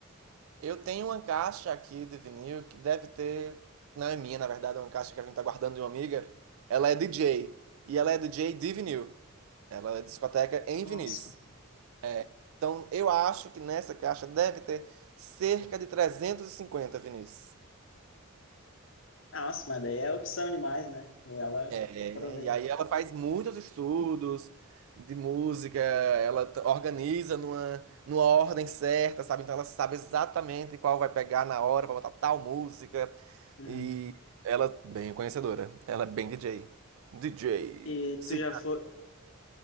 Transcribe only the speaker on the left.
Nossa,
nossa, mas daí é opção demais, né? E ela
aproveita.
Uhum.
E
tu já foi,